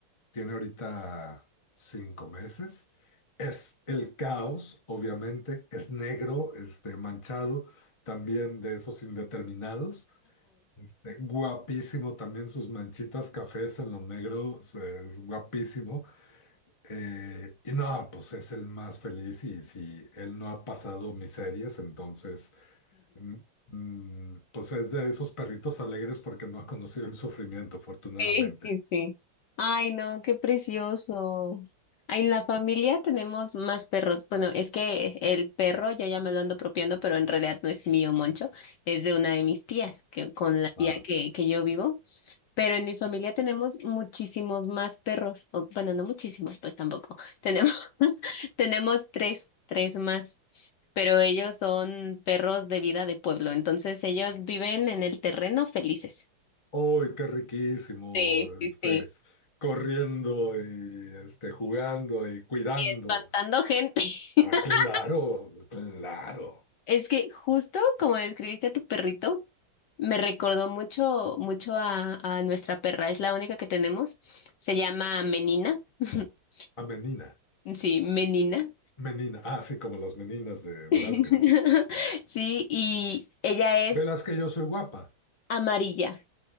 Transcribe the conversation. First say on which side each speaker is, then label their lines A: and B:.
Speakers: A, on the left; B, on the left.
A: tiene ahorita cinco meses. Es el caos, obviamente, es negro, este, manchado, también de esos indeterminados. Este, guapísimo también sus manchitas cafés en lo negro, o sea, es guapísimo. Eh, y no, pues es el más feliz y si él no ha pasado miserias, entonces, mm, mm, pues es de esos perritos alegres porque no ha conocido el sufrimiento, afortunadamente.
B: Sí, sí, sí. Ay, no, qué precioso. Ay, En la familia tenemos más perros. Bueno, es que el perro yo ya me lo ando apropiando, pero en realidad no es mío, Moncho, es de una de mis tías, que con la tía
A: Ah,
B: que, que yo vivo. Pero en mi familia tenemos muchísimos más perros. O, bueno, no muchísimos, pues tampoco. Tenemos, <laughs> tenemos tres, tres más. Pero ellos son perros de vida de pueblo, entonces ellos viven en el terreno felices.
A: ¡Uy, qué riquísimo!
B: Sí, sí,
A: Este,
B: sí.
A: corriendo y este, jugando y cuidando.
B: espantando gente. <laughs>
A: Ah, claro, claro.
B: Es que justo como describiste a tu perrito, me recordó mucho, mucho a, a nuestra perra. Es la única que tenemos. Se llama Menina. <laughs>
A: A Menina,
B: Sí, Menina.
A: Menina, ah, sí, como las meninas de Velázquez.
B: <laughs> Sí, y ella
A: Velázquez,
B: es
A: yo soy guapa.
B: amarilla.